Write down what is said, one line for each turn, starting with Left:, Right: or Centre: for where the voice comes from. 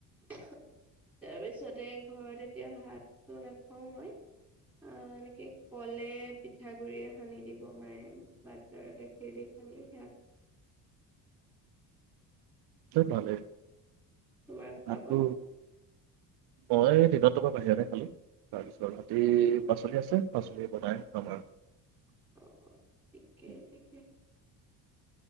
Centre: তাৰপিছতে ঘৰত এতিয়া ভাতটো নেখাও মই। আহ এনেকে কলে পিঠাগুৰিয়ে সানি দিব মায়ে ভাত গাখীৰ দি সানি সেয়া খা
Right: <unintelligible> ভালেই
Centre: তোমাক
Right: ভাতটো
Centre: পাবা
Right: মই দিনত টো বা বাহিৰতে খালো। তাৰপিছত ৰাতি
Centre: অ
Right: পাচলি আছে, পাচলি বনাই খাম আৰু
Centre: অ ঠিকেই ঠিকেই